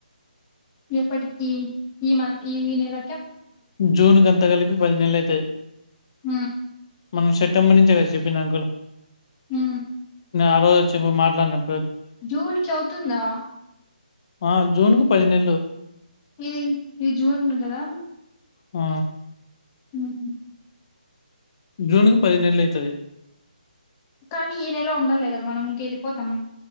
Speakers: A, on the left; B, on the left.
A: ఎప్పటికిీ ఈ మా నెల
B: జూన్ కంతా కలిపి పది నెళ్లయితాయి
A: హ్మ్.
B: మనం సెప్టెంబర్ నుంచిే కదా చెప్పింది అంకలు
A: మ్
B: ఆరోజు వచ్చినప్పుడు మాట్లాడినం
A: జూన్ చవుతుందా
B: ఆ జూన్ కు పది నెళ్లు
A: మ్ ఇది జూన్ కదా
B: ఆ
A: మ్
B: జూన్ కు పదిినేళ్ళు అయితది
A: కానీ ఈ నెల ఉండాలే కదా మనం ఇంకెళ్ళిపోతాం